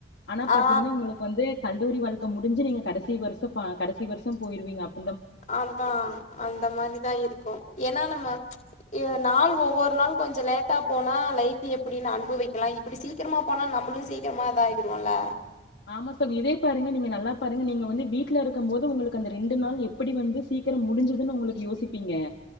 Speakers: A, on the left; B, on the left.
A: ஆனா பாத்தீங்கன்னா
B: ஆ
A: உங்களுக்கு வந்து கல்லூரி வாழ்க்கை முடிஞ்ச நீங்க கடைசி வருஷம் கடைசி வருஷம் போயிருவீங்க அப்ப
B: ஆமாா அந்த மாதிரிதான் இருக்கும் ஏன்னா நம்ம நாள் ஒவ்வொரு நாள் கொஞ்சம் லேட்டா போனா லைட்ட எப்படின்னு அனுபு வைக்கலாம் இப்படி சீக்கிரமா போனா நம்பமளும் சீக்கிரமா இத ஆகிடுவோம்ல
A: ஆமா சார் இதே பாருங்க நீங்க நல்லா பாருங்க நீங்க வந்து வீட்டுல இருக்கும் மோது உங்களுக்கு அந்த ரெண்டு நாள் எப்படி வந்து சீக்கிரம் முடிஞ்சதுன்னு உங்களுக்கு யோசிக்க ப்பீங்க